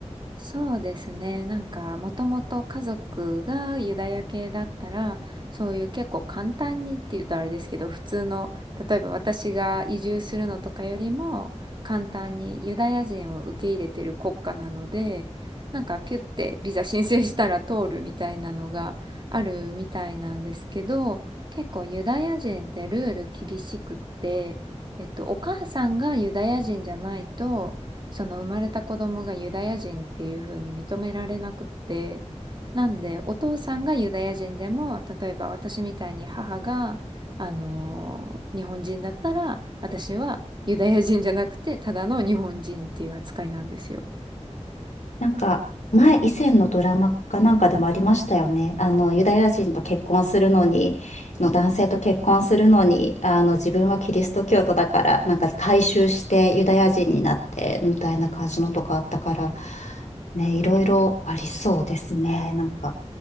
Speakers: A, on the right; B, on the left.
A: そうですね。なんか、もともと家族がユダヤ系だったら、そういう結構簡単にっていうとあれですけど、普通の、例えば私が移住するのとかよりも、簡単にユダヤ人を受け入れてる国家なので、なんかピュってビザ申請したら通るみたいなのがあるみたいなんですけど、結構ユダヤ人ってルール厳しくって、えっと、お母さんがユダヤ人じゃないと、その生まれた子供がユダヤ人っていう風に認められなくって、なんでお父さんがユダヤ人でも、例えば私みたいに母が、あのー日本人だったら、私はユダヤ人じゃなくて、ただの日本人っていう扱いなんですよ。
B: なんか、前、以前のドラマかなんかでもありましたよね。あの、ユダヤ人と結婚するのに、の男性と結婚するのに、あの、自分はキリスト教徒だから、なんか改宗してユダヤ人になって、みたいな感じのとかあったから、ね、いろいろありそうですね。なんか、